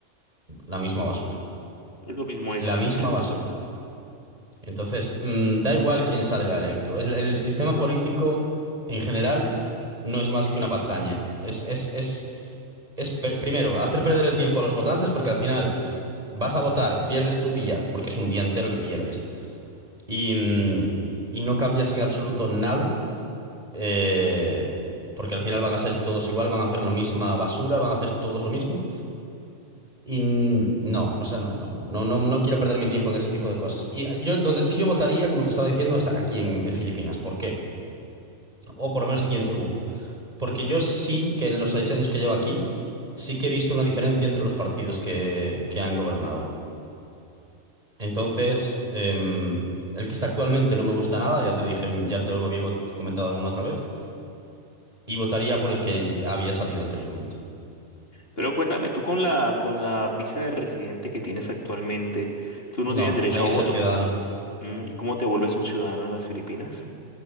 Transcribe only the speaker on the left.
lo mismo de
siempre.
Pero cuéntame, tú con la, con la visa de residente que tienes actualmente, ¿tú
no tienes derecho
a
voto?
Mm, ¿Y cómo te vuelves un ciudadano en las Filipinas?